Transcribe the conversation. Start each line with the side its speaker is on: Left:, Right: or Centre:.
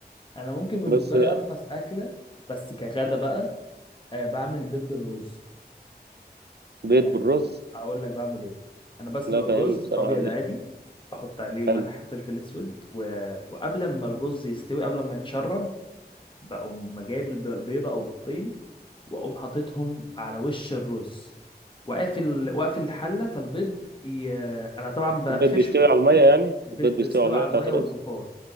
Left: انا ممكن بالنسبه
Right: بس
Left: لي ارخص اكله بس كغدا بقى آه بعمل بيض بالرز
Right: بيض
Left: يعني
Right: بالرز
Left: اقول لك بعمل ايه انا بسلق
Right: لا
Left: الرز
Right: فاهمني بصراحة
Left: ابيض
Right: دي
Left: عادي بحط عليه ملح
Right: حلو
Left: وفلفل اسود و... وقبل ما الرز يستوي قبل ما يتشرب بقوم جايب الب- بيضه او بيضتين واقوم حاططهم على وش الرز واقفل واقفل الحله فالبيض ي... انا طبعا بقفشهم
Right: البيض بيستوي على المية يعني
Left: البيض
Right: البيض بيستوي
Left: بيستوي
Right: على المية
Left: على
Right: بتاعة
Left: المية
Right: الرز
Left: والبخار